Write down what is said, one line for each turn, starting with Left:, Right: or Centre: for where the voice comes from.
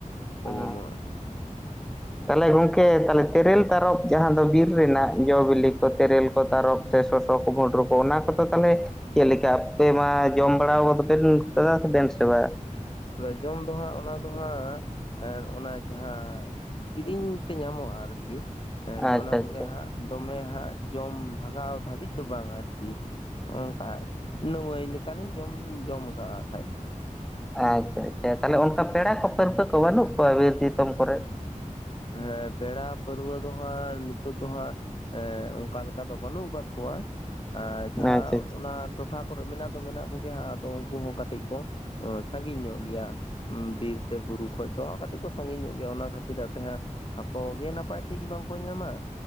Left: ᱠᱚ
Centre: ᱦᱮᱸ
Left: ᱧᱟᱢᱚᱜ-ᱟ
Centre: ᱛᱟᱦᱚᱞᱮ ᱜᱚᱢᱠᱮ ᱛᱟᱦᱚᱞᱮ ᱛᱮᱨᱮᱞ ᱛᱟᱨᱚᱯ ᱡᱟᱦᱟᱸ ᱫᱚ ᱵᱤᱨ ᱨᱮᱱᱟᱜ ᱡᱚ ᱵᱤᱞᱤ ᱠᱚ ᱛᱮᱨᱮᱞ ᱠᱚ ᱛᱟᱨᱚᱯ ᱥᱮ ᱥᱚᱥ ᱠᱩ ᱵᱷᱩᱰᱨᱩ ᱠᱚ ᱚᱱᱟ ᱠᱚᱫᱚ ᱛᱟᱦᱚᱞᱮ ᱪᱮᱫᱞ ᱞᱮᱠᱟ ᱟᱯᱮ ᱢᱟ ᱡᱚᱢ ᱵᱟᱲᱟᱫᱚᱯᱮᱱ ᱠᱟᱫᱟ ᱥᱮᱵᱮᱱ ᱥᱮ ᱵᱟᱝ
Left: ᱟᱫᱚ ᱡᱚᱢ ᱫᱚ ᱦᱟᱸᱜ ᱚᱱᱟ ᱫᱚ ᱦᱟᱸᱜ ᱚᱱᱟ ᱡᱟᱦᱟᱸ ᱠᱤᱨᱤᱧ ᱛᱮ ᱧᱟᱢᱚᱜ-ᱟ ᱟᱨᱠᱤ
Centre: ᱟᱪᱪᱷᱟ
Left: ᱱᱚᱜ-ᱱᱟ ᱠᱚᱜᱮ
Centre: ᱟᱪᱪᱷᱟ
Left: ᱦᱟᱸᱜ ᱫᱚᱢᱮ ᱦᱟᱸᱜ ᱡᱚᱢ ᱵᱷᱟᱜᱟᱣ ᱫᱷᱟᱹᱵᱤᱡ ᱫᱚ ᱵᱟᱝ ᱟᱨᱠᱤ ᱚᱱᱠᱟ ᱱᱟᱹᱣᱟᱹᱭ ᱞᱮᱠᱟᱞᱤᱧ ᱡᱚᱢ ᱡᱚᱢ ᱟᱠᱟᱜ ᱠᱷᱟᱱᱡ
Centre: ᱟᱪᱪᱷᱟ ᱟᱪᱪᱷᱟ ᱛᱟᱦᱚᱞᱮ ᱚᱱᱠᱟ ᱯᱮᱲᱟ ᱠᱚ ᱯᱟᱹᱨᱵᱟᱹ ᱠᱚ ᱵᱟᱹᱱᱩᱜ ᱠᱚᱣᱟ ᱵᱤᱨ ᱫᱤᱥᱚᱢ ᱠᱚᱨᱮ
Left: ᱦᱮᱸ ᱯᱮᱲᱟ ᱯᱟᱹᱨᱣᱟᱹ ᱫᱚ ᱦᱟᱸᱜ ᱱᱤᱛᱳ ᱫᱚ ᱦᱟᱸᱜ ᱚᱱᱠᱟ ᱞᱮᱠᱟ ᱫᱚ ᱵᱟᱹᱱᱩᱜ ᱟᱠᱟᱫ ᱠᱚᱣᱟ ᱟᱨ ᱡᱟᱦᱟᱸ
Centre: ᱟᱪᱪᱷᱟ
Left: ᱚᱱᱟ ᱴᱚᱴᱷᱟ ᱠᱚ ᱢᱮᱱᱟᱜ ᱫᱚ ᱢᱮᱱᱟᱜ ᱠᱚᱜᱮ ᱦᱟᱸᱜᱫᱚ ᱩᱱᱠᱩ ᱦᱚᱸ ᱠᱟᱹᱴᱤᱡ ᱠᱚ ᱥᱟᱺᱜᱤᱧ ᱧᱚᱜ ᱜᱮᱭᱟ ᱵᱤᱨ ᱥᱮ ᱵᱩᱨᱩ ᱠᱷᱚᱡ ᱫᱚ ᱦᱟᱸᱜ ᱠᱟᱹᱴᱤᱡ ᱠᱚ ᱥᱟᱺᱜᱤᱧ ᱧᱚᱜ ᱜᱮᱭᱟ ᱚᱱᱟ ᱠᱷᱟᱹᱛᱤᱨ ᱟᱜᱛᱮ ᱦᱟᱸᱜ ᱟᱠᱚ ᱜᱮ ᱱᱟᱯᱟᱭ ᱴᱷᱤᱠ ᱵᱟᱝᱠᱚ ᱧᱟᱢᱟ